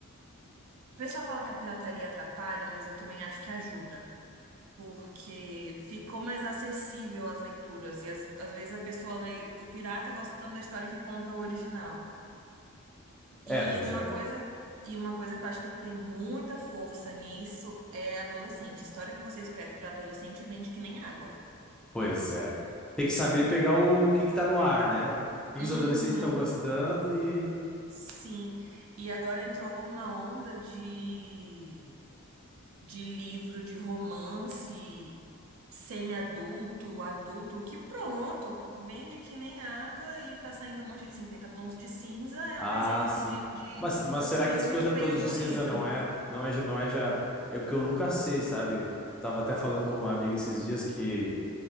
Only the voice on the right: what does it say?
O pessoal fala que a pirataria atrapalha, mas eu também acho que ajuda, porque ficou mais acessível as leituras e às, às vezes a pessoa lê, o pirata gosta tanto da história que compra o original.
E
uma
coisa, e uma coisa que eu acho que tem muita força nisso é adolescente. História que você escreve para adolescente vende que nem água.
Uhum,
sim. E agora entrou uma onda de de livro de romance semi-adulto, adulto, que pronto, vende que nem água e tá saindo um monte de 50 tons de cinza é
um exemplo
de, de
filme
que veio
de
um
livro.